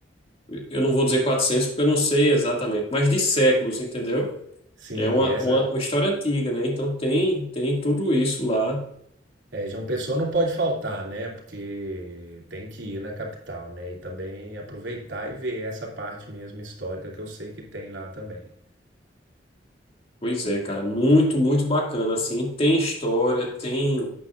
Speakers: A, on the left; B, on the right.
A: Eu não vou dizer 400 porque eu não sei exatamente, mas de séculos, entendeu?
B: Sim,
A: É uma,
B: essa
A: uma, uma história antiga, né? Então tem, tem tudo isso lá.
B: É, João Pessoa não pode faltar, né? Porque tem que ir na capital, né? E também aproveitar e ver essa parte mesmo histórica que eu sei que tem lá também.
A: Pois é, cara, muito, muito bacana, assim. Tem história, tem,